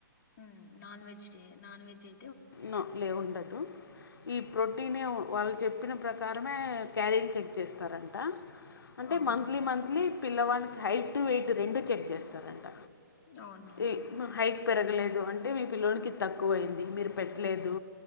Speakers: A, on the left; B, on the left.
A: ఉమ్ నాన్ వెజ్ టే నాన్ వెెజ్ ఎ
B: నో లేవు ఉండదు ఈ ప్రోటీన్ ఏ వాళ్ళు చెప్పిన ప్రకారమే క్యారీలు చెక్ చేస్తారంట అంటే
A: అవునా
B: మంత్లీ మంత్లీ పిల్లవానీకి హైట్ వెయిట్ రెండు చెక్ చేస్తారంట
A: అవునులే
B: ఈ మ హైట్ పెరగలేదు అంటే మీమీ పిల్లాడికి తక్కువ అయ్యింది. మీరు పెట్టలేదు